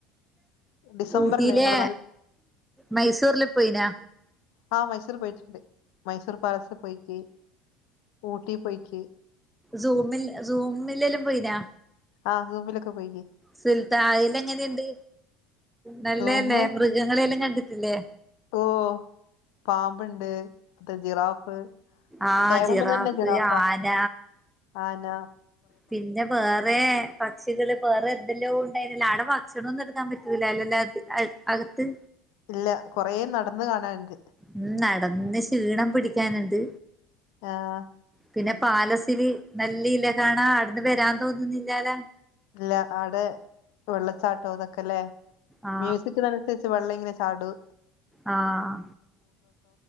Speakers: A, on the left; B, in the centre.
A: ഡിസംബറില്
B: ഊട്ടിയിലെ
A: ഞങ്ങള് നൽ
B: മൈസൂരിൽ പോയിനാ
A: ആഹ് മൈസൂർ പോയിട്ടുണ്ട് മൈസൂർ പാലസൽ പോയിക്ക് ഊട്ടി പോയിക്ക്
B: സൂമിൽ സൂമിലെല്ലും പോയിനാ
A: ആഹ് സൂമലൊക്ക് പോയിനീ
B: സുൽത്താല എങ്ങനെയുണ്ട് നല്ലല്ലേ
A: സൂമ്
B: മൃഗങ്ങളെല്ലാം കണ്ടിട്ടില്ലേ
A: ഓ പാമ്പ്ണ്ട് അഹ് ജിറാഫ്
B: ആ
A: കയറുമ്പ
B: ജിറാഫ്
A: തന്നെ ജിറാഫാ
B: ആന
A: ആനാ
B: പിന്നെ വേറെ പക്ഷികള് വേറെ എന്തെല്ലോ ഉണ്ടായിരുന്നില്ലൊ അവിടെ ഭക്ഷണ ഒന്നും എടുക്കാൻ പറ്റൂല്ല അല്ലല്ല അത് അ അകത്ത്
A: ഇല്ല കൊറേ നടന്ന് കാണാന്ണ്ട്
B: ഉം നടന്ന് ക്ഷീണം പിടിക്കാനുണ്ട്
A: ആഹ്
B: പിന്നെ പാലസില് നല്ല ഇല്ല കാണാ അവിടുന്ന് വരാൻ തോന്നുന്നില്ലാല
A: ഇല്ല ആടെ വെള്ളച്ചാട്ടോ അതൊക്കെല്ലേ
B: ആ
A: മ്യൂസിക്ന സ്ച്ച് വെള്ളംങ്ങനെ ചാടൂ
B: ആഹ്